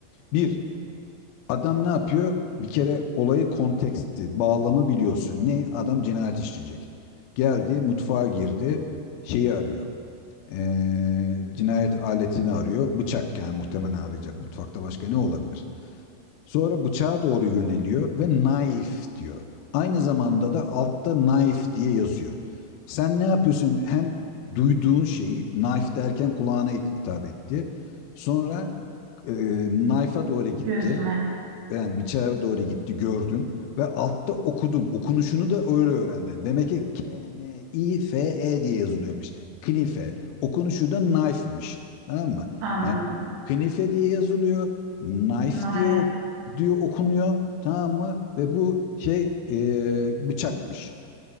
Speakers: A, on the left; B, on the right.
A: Bir, adam ne yapıyor? Bir kere olayı konteksti, bağlamı biliyorsun. Ne? Adam cinayet işleyecek. Geldi, mutfağa girdi, şeyi arıyor. Ee, cinayet aletini arıyor. Bıçak yani muhtemelen arayacak. Mutfakta başka ne olabilir? Sonra bıçağa doğru yöneliyor ve knife diyor. Aynı zamanda da altta knife diye yazıyor. Sen ne yapıyorsun? Hem duyduğun şeyi knife derken kulağına hit- hitap etti. Sonra e, knife'a doğru gitti
B: Gözüme
A: yani biçare doğru gitti gördün ve altta okudun. Okunuşunu da öyle öğrendin. Demek ki K, N, I, F, E diye yazılıyormuş. Knife. Okunuşu da knife'mış. Tamam mı?
B: anladım.
A: Yani knife diye yazılıyor. Knife
B: Naya
A: diye ok- diyor okunuyor. Tamam mı? Ve bu şey e, bıçakmış.